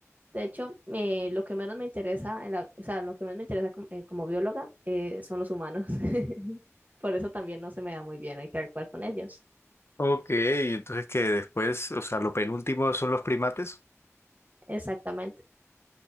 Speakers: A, on the right; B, on the left.
A: De hecho, me- lo que menos me interesa, en la, o sea, lo que menos me interesa como, eh, como bióloga eh, son los humanos. <laughs> Por eso también no se me da muy bien, hay que actuar con ellos.
B: Ok, entonces que después, o sea, lo penúltimo son los primates,
A: Exactamente.